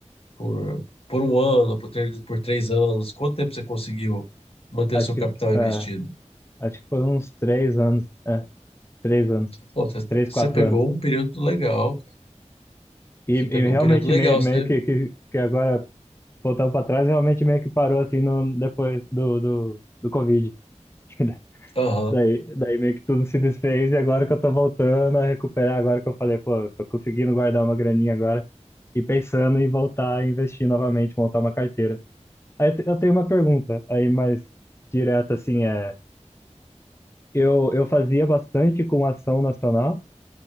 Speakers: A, on the left; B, on the left.
A: por, por um ano, por três, por três anos? Quanto tempo você conseguiu manter
B: Acho
A: o seu
B: que,
A: capital investido?
B: é, acho que foi uns três anos, é, três anos,
A: Pô, você, tá,
B: três,
A: você
B: quatro
A: pegou
B: anos.
A: um período legal, cara.
B: E,
A: Você pegou
B: e realmente
A: um período legal,
B: meio,
A: você.
B: meio que, que, que agora, voltando para trás, realmente meio que parou assim no, depois do, do, do Covid. <laughs>
A: Aham,
B: Daí, daí meio que tudo se desfez e agora que eu tô voltando a recuperar, agora que eu falei, pô, eu tô conseguindo guardar uma graninha agora e pensando em voltar a investir novamente, montar uma carteira. Aí eu te- eu tenho uma pergunta aí mais direta, assim, é, eu, eu fazia bastante com ação nacional,